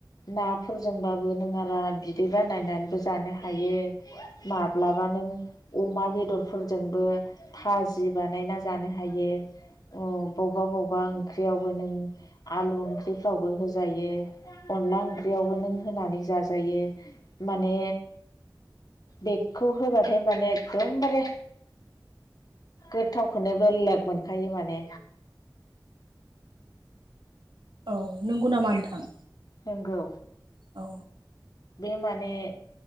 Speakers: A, on the left; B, on the right.
A: नाफोरजोंबाबो नों आरो बिदै बानायनानैबो जानो हायो, माब्लाबा नों अमा बेदरफोरजोंबो थाजि बानायना जानो हायो अ
B: <inaudible>
A: बबेबा बबेबा ओंख्रियावबो नों आलु ओंख्रिफ्रावबो होजायो। अनला ओंख्रियावबो नों होनानै जाजायो माने बेगखौ होबाथाय माने एकदमबारे गोथावखौनो बेलेग मोनखायो माने
B: औ नंगौ नामा नोंथां?
A: नोंगौ
B: औ
A: बे माने